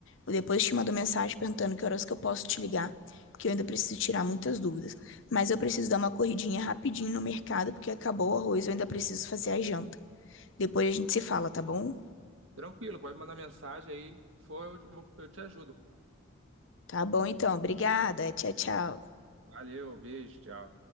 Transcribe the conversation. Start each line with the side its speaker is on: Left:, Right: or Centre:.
Left: Eu depois te mando mensagem perguntando que horas que eu posso te ligar, porque eu ainda preciso tirar muitas dúvidas. Mas eu preciso dar uma corridinha rapidinho no mercado, porque acabou o arroz, eu ainda preciso fazer a janta. Depois a gente se fala, tá bom?
Right: Tranquilo, pode mandar mensagem aí. Se For, eu, eu te ajudo, pô.
Left: Tá bom então, obrigada. Tchau, tchau.
Right: Valeu, beijo, tchau.